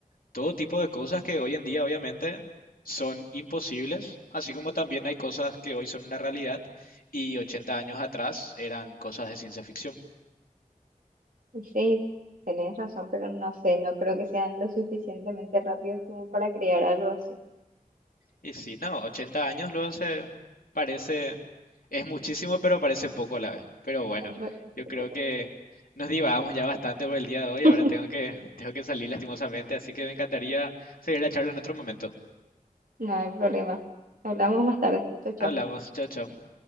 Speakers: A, on the left (about 90°); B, on the right (about 75°).
A: todo tipo de cosas que hoy en día obviamente son imposibles, así como también hay cosas que hoy son una realidad y 80 años atrás eran cosas de ciencia ficción.
B: Y sí, tenés razón, pero no sé, no creo que sean lo suficientemente rápidos como para crear algo así.
A: Y sí, no, 80 años luego se parece, es muchísimo, pero parece poco a la vez. Pero bueno,
B: A ver, re-
A: yo
B: súper
A: creo
B: poco.
A: que nos divagamos ya bastante por el día de hoy,
B: <laughs>
A: ahora tengo que, tengo que salir lastimosamente, así que me encantaría seguir la charla en otro momento.
B: No hay problema. Hablamos más tarde. Chao, chao.
A: Hablamos, chao, chao.